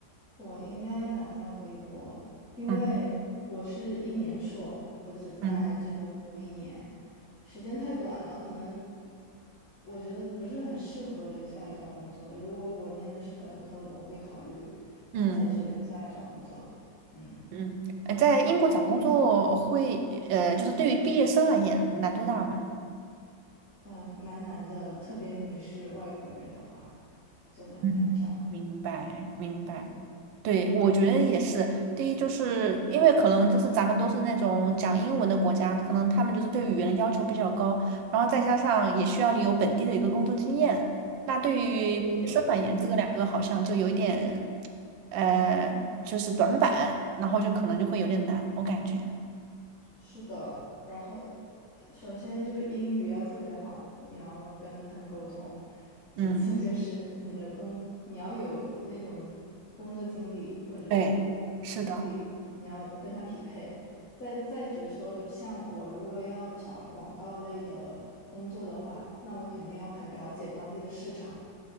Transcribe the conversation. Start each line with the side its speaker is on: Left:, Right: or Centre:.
Left: 我应该打算回国，因为我是一年硕，
Right: 嗯
Left: 我只在这边读一年，
Right: 嗯
Left: 时间太短了，可能我觉得不是很适合留下来找工作。如果我念的是本科，我会考虑
Right: 嗯
Left: 在这留下来找工作。嗯，
Right: 嗯。呃在英国找工作会，呃，就是对于毕业生而言，难度大吗？
Left: 嗯，蛮难的，特别你是外国人的话，就很难找。
Right: 嗯，明白明白。
Left: 嗯，
Right: 对，我觉得也是。第一，就是因为可能就是咱们都是那种讲英文的国家，可能他们就是对语言的要求比较高，然后再加上也需要你有本地的一个工作经验。那对于毕业生而言，
Left: 对的，嗯。
Right: 这个两个好像就有一点，呃，就是短板，然后就可能就会有点难，我感觉。
Left: 是的，然后首先就是英语要特别好，你要跟他们沟通；其次就
Right: 嗯，
Left: <laughs> 是你的工，你要有那种工作经历或者实习经历，
Right: 对，是的，
Left: 你要跟他匹配。再再者说，像我如果要找广告类的工作的话，那我肯定要很了解当地的市场。